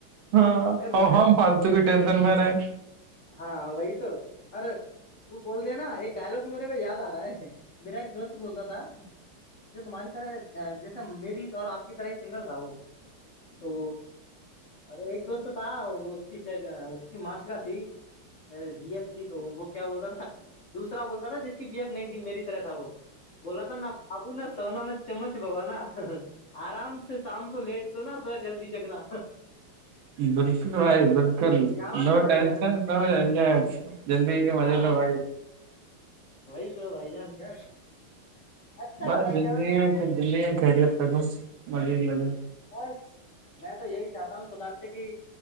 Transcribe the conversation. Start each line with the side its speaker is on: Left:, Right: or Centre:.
Right: ہاں
Left: اے بھائی
Right: ا
Left: جان،
Right: ہم توک ٹینشن میں رہ ہے
Left: ہاں وہی تو ارے وہ بولتے ہیں نا ایک ڈائلگ میرے میں یاد آ رہا ہے میرا ایک دوست بولتا تھا جو تمہاری طرح جیسے میری اور آپ کی طرح سنگل تھا وہ تو ارے ایک دوست تھا وہ اس کی اس کی ماش کاا تھی ارے ب ایف تھی تو وہ کیا بولتا تھا دوسرا بولتا تھا جس کی بی ایف نہیں تھی میری طرح تھا وہ بولا تھا نا باابو نہ سونا نا چمچ بابا نا آرام سے شام کو لیٹ سونا سو جلدی جگنا
Right: بالکل بھائی بالکل
Left: کیا بات
Right: نو
Left: ہے بھائی
Right: شن
Left: جان
Right: نوج جند کے مجزے
Left: ہاں
Right: ہو
Left: وہی تو بھائی جان کیا اچھا
Right: بس
Left: ہے بھائی
Right: جگی
Left: جان
Right: میں زندگی میں خیریت تگ مزے ہی مزے
Left: بس میں تو یہی چاہتا ہوں خداپ سے کہ